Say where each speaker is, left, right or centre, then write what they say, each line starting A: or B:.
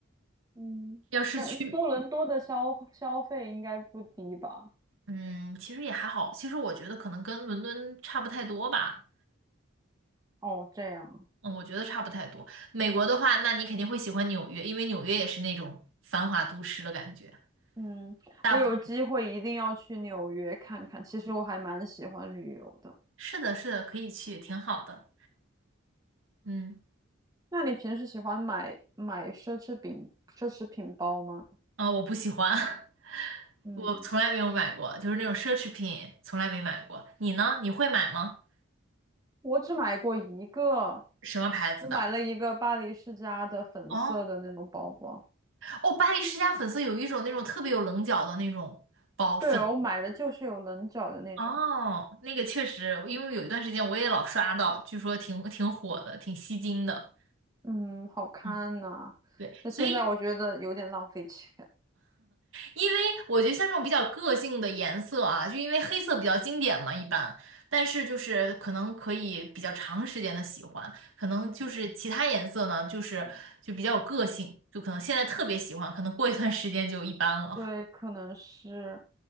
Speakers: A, on the right; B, on the right.
A: 嗯，
B: 要是去，
A: 那多伦多的消消费应该不低吧？
B: 嗯，其实也还好，其实我觉得可能跟伦敦差不太多吧，
A: 哦，这样啊，
B: 嗯，我觉得差不太多。美国的话，那你肯定会喜欢纽约，因为纽约也是那种繁华都市的感觉。
A: 嗯，
B: 大部
A: 我有机会一定要去纽约看看。其实我还蛮喜欢旅游的。
B: 是的，是的，可以去，挺好的，嗯。
A: 那你平时喜欢买买奢侈品奢侈品包吗？
B: 啊、我不喜欢，<laughs>
A: 嗯，
B: 我从来没有买过，就是那种奢侈品，从来没买过。你呢？你会买吗？
A: 我只买过一个，
B: 什么牌子的？
A: 我买了一个巴黎世家的粉色的那种包包。
B: 哦哦，巴黎世家粉色有一种那种特别有棱角的那种包粉。
A: 对哦我买的就是有棱角的那种，
B: 哦，那个确实，因为有一段时间我也老刷到，据说挺挺火的，挺吸睛的。
A: 嗯，好看呐、
B: 嗯，对，
A: 但现在我觉得有点浪费钱。
B: 所以因为我觉得像这种比较个性的颜色啊，就因为黑色比较经典嘛，一般，但是就是可能可以比较长时间的喜欢，可能就是其他颜色呢，
A: 嗯。
B: 就是就比较有个性，就可能现在特别喜欢，可能过一段时间就一般了。
A: 对，可能是